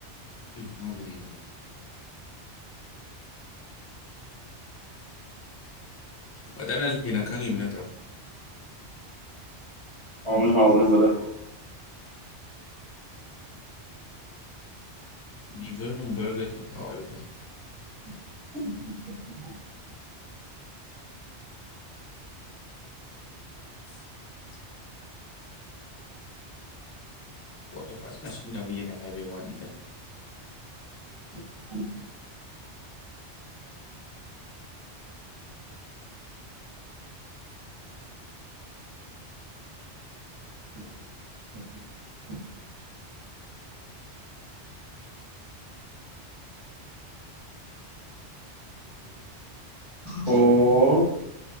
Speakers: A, on the left; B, on the right.
A: ꯑꯗꯨ ꯃꯍꯥꯎꯗꯨꯗꯤꯀꯣ ꯃꯅ ꯍꯟꯅ ꯈꯪꯉꯤꯕ ꯅꯠꯇ꯭ꯔꯣ
B: ꯑꯅꯤ ꯍꯥꯎ ꯑꯅꯤꯥꯏ
A: ꯂꯤꯅꯤꯚꯔꯅꯅꯨꯡꯕꯔꯒ ꯇꯨ ꯍꯥꯥꯎꯔ ꯐꯖ
B: <inaudible>
A: <inaudible> ꯄꯣꯠꯇꯣ ꯐꯖꯅ ꯁꯤꯖꯤꯟꯅꯕ ꯌꯥꯏ ꯑꯦꯚ ꯋꯥꯟ
B: <inaudible> <inaudible> ꯋ ꯑꯣ